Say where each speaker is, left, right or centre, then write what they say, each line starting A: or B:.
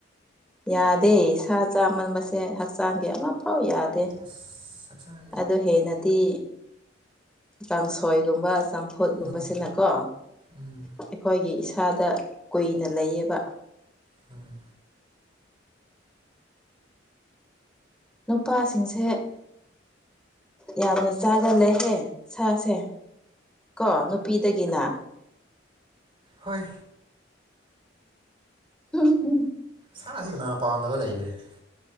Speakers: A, in the centre; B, on the right (about 30°).
A: ꯌꯥꯗꯦ ꯁꯥ ꯆꯥꯃꯟꯕꯁꯦ ꯍꯛꯆꯥꯡꯗꯤ ꯑꯃ ꯐꯥꯎ ꯌꯥꯗꯦ
B: ꯑꯁ ꯍꯛꯆꯥꯡꯗꯤ
A: ꯑꯗꯨ ꯍꯦꯟꯅꯗꯤ ꯀꯥꯡꯁꯣꯏꯒꯨꯝꯕ ꯆꯝꯐꯨꯠꯀꯨꯝꯕꯁꯤꯅꯀꯣ
B: ꯎꯝ ꯎꯝ
A: ꯑꯩꯈꯣꯏꯒꯤ ꯏꯁꯥꯗ ꯀꯨꯏꯅ ꯂꯩꯌꯦꯕ
B: ꯎꯝ
A: ꯅꯨꯄꯥꯁꯤꯡꯁꯦ ꯌꯥꯝꯅ ꯆꯥꯒꯂꯍꯦ ꯁꯥꯁꯦ ꯀꯣ ꯅꯨꯄꯤꯗꯒꯤꯅ
B: ꯍꯣꯏ
A: <unintelligible>
B: ꯁꯥꯁꯤ ꯀꯅꯥ ꯄꯥꯝꯗꯕ <unintelligible>